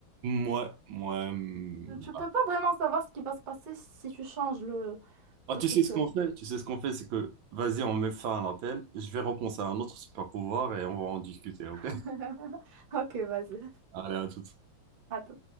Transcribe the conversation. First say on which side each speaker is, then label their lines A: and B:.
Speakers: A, on the right; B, on the right.
A: Moi, moi, hum,
B: Tu peux pas vraiment savoir ce qui va se passer si tu changes le,
A: ah,
B: le
A: tu
B: futur.
A: sais ce qu'on fait? Tu sais ce qu'on fait, c'est que vas-y, on met fin à l'appel. Je vais repenser à un autre super pouvoir et on va en discuter, ok?
B: <laughs>
A: <laughs>
B: Ok, vas-y.
A: Allez, à tout.
B: À tout.